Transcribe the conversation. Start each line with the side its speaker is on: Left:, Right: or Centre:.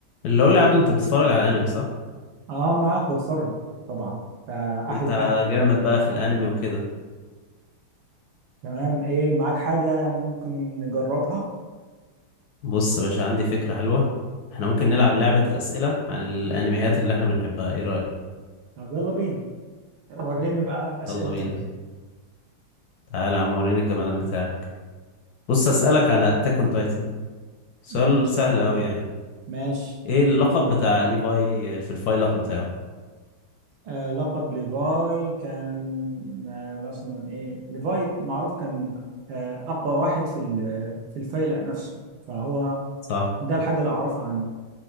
Left: اللي اقول لعبده انت بتتفرج على انمي صح
Right: اه معاك بتفرج طبعا فاحلى
Left: وانت
Right: حاجه
Left: جامد بقى في الانمي وكده
Right: تمام ايه معاك حاجه يعني ممكن نجربها
Left: بص يا باشا عندي فكرة حلوة احنا ممكن نلعب لعبة اسئلة عن الانميات اللي احنا بنحبها ايه رأيك
Right: طب يلا بينا وريني بقى اسئلتك
Left: يلا بينا تعالى يا عم وريني الجمدان بتاعك بص اسألك على اتاك اون تايتن سؤال
Right: ماشي
Left: سهل قوي يعني
Right: ماشي
Left: ايه اللقب بتاع ليفاي في الفايلق بتاعه
Right: آه لقب ليفاي كان آه مثلا ايه ليفاي معروف كان آه اقوى واحد في ال- في الفيلق نفسه فهو
Left: صح
Right: ده الحاجه اللي اعرفها عنه